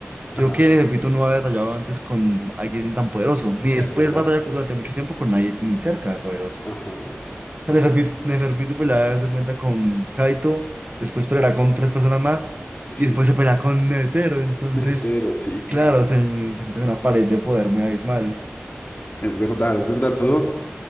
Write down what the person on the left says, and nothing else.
Ajá.
Es
verdad.
Ajá. <laughs>
Sí.
Netero, sí, claro.
Es verdad, es verdad. Todo.